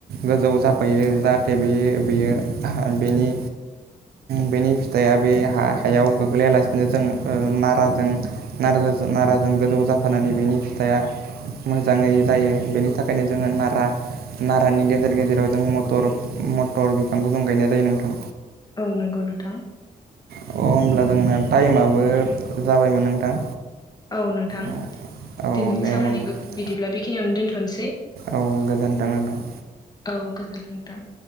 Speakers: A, on the right; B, on the left.
A: गोजौ जा फैयो जाहाथे बेयो बेयो बेनि बेनि फिथाइया बे हायाव गोग्लैयालासिनो जों ओ नाराजों नाराजों नाराजों गोजौ जाफानानै बेनि फिथाइआ मोजाङै जायो बेनि थाखायनो जोङो नारा नारानि गेजेर गेजेराव जों मटर मटर बिफांखौ जों गायनाय जायो नोंथां।
B: औ नंगौ नोंथां।
A: अ होमब्ला जोंना टाइमाबो जाबायमोन नोंथां।
B: औ नोंथां।
A: औ औ
B: दिनैनि
A: दे
B: सावरायनायखौ
A: होमबा
B: बिदिब्ला बेखिनियावनो दोन्थ'नोसै।
A: औ गोजोन्थों नोंथां
B: औ गोजोनथों नोंथां।